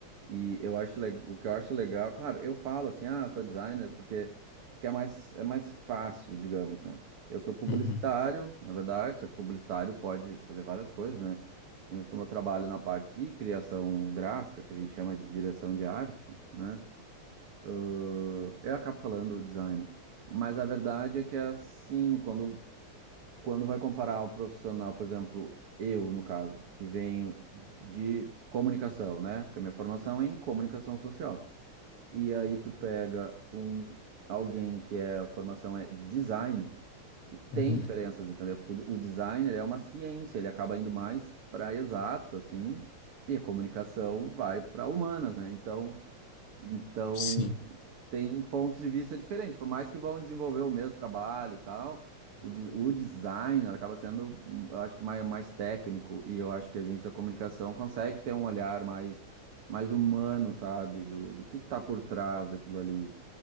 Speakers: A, on the right; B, on the left.
A: e eu acho le- o que eu acho legal, claro, eu falo assim, ah, sou designer porque porque é mais é mais fácil, digamos, né? Eu sou publicitário,
B: Uhum,
A: na verdade, só que publicitário pode fazer várias coisas, né? E mas como eu trabalho na parte de criação gráfica, que a gente chama de direção de arte, né? Ahn, eu acabo falando designer. Mas a verdade é que é assim, quando quando vai comparar o profissional, por exemplo, eu, no caso, que venho de comunicação, né? Porque a minha formação é em comunicação social. E aí tu pega um alguém que é, a formação é design e tem
B: uhum.
A: diferenças, entendeu? Porque o, o designer é uma ciência, ele acaba indo mais para exata, assim, e a comunicação vai para humanas, né? Então, então,
B: Sim.
A: tem pontos de vista diferentes, por mais que vão desenvolver o mesmo trabalho e tal, o, de- o designer acaba sendo, hum, eu acho que mais, mais técnico, e eu acho que a gente da comunicação consegue ter um olhar mais, mais humano, sabe, do, do que que tá por trás daquilo ali,